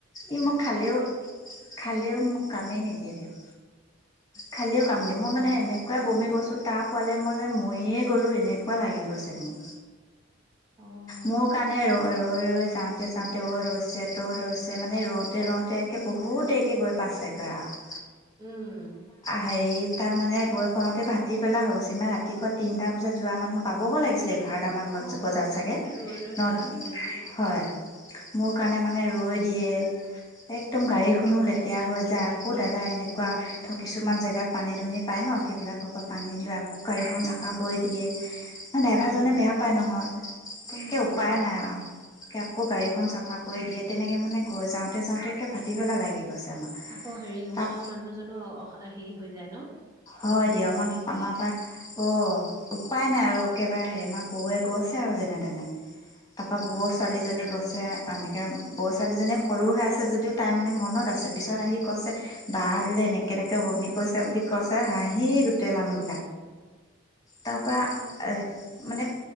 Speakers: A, on the left (about 20°); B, on the right (about 15°).
A: ই মোক খালেও খালেও মোক কামেই নিদিয়ে দিয়ক। খালিও কাম দি মই
B: অ',
A: মানে এনেকুৱাই বমি কৰিছোঁ। তাৰ পোৱালে মই যেন ময়ে গ'লোঁ এনেকুৱা লাগি গৈছে মোক।
B: অ',
A: মোৰ কাৰণে ৰ ৰৈ ৰৈ যাওঁতে যাওঁতে ৰৈছে ত।
B: উম,
A: মানে ৰওঁতে ৰওঁতে একে বহুত দেৰিকৈ গৈ পাইছেগৈ আৰু।
B: উম।
A: হেৰি তাত মানে গৈ পাওঁতে ভাটি পেলাই হৈ গৈছে ইমান ৰাতিপুৱা তিনিটা বজাত যোৱা মানুহ পাবগৈ লাগিছিলে কি। বাৰটা মান
B: অ',
A: বজাত
B: অ',
A: চাগে
B: এই ৰৈ ৰৈ
A: ন
B: যোৱা হৈছে যে সেইটো
A: হয়।
B: কাৰণে।
A: মোৰ কাৰণে মানে ৰৈ দিয়ে একদম গাড়ীখনো
B: উম,
A: লেতেৰা হৈ যায়। আকৌ দাদা এনেকুৱা
B: উম,
A: ধ কিছুমান জেগা। যিলাক পানী দুনি পায় ন সেইবিলাকৰ পৰা পানী লৈ আকৌ গাড়ীখন চাফা কৰি দিয়ে। ম ড্ৰাইভাৰজনে
B: উম,
A: বেয়া পায় নহয়। তকে
B: অ', বেয়া
A: উপায়
B: পায়
A: নাই আৰু আকৌ গাড়ীখন
B: অ',
A: চাফা কৰি দিয়ে। তেনেকে মানে গৈ যাওঁতে যাওঁতে একে ভাটি পেলা লাগি গৈছে। আমাৰ
B: আকৌ হেৰি
A: তাত
B: ওচৰৰ মানুহ জনো অ হেৰি। হৈ যায় ন? তেনেকুৱা
A: হয় দিয়া
B: বমি
A: আমাৰ
B: কৰা দেখিলে
A: আমাৰ বা অ উপায় নাই আৰু একেবাৰে হেৰি। আমাৰ বৌৱে গছে আৰু যেনে তেনে তাৰাপা
B: উম,
A: বৌ
B: উম,
A: ছোৱালীজনী গছে। এনেকে ব ছোৱালীজনী সৰু হৈ আছে যদিও তাই মানে মনত আছে পিছত আহি কৈছে বা বোলে। এনেকে এনেকে বমি কৰিৈছে বুলি কৈছে হাঁহি গোটেই মানুহ। তাপা
B: হয় দিয়া
A: আ মানে।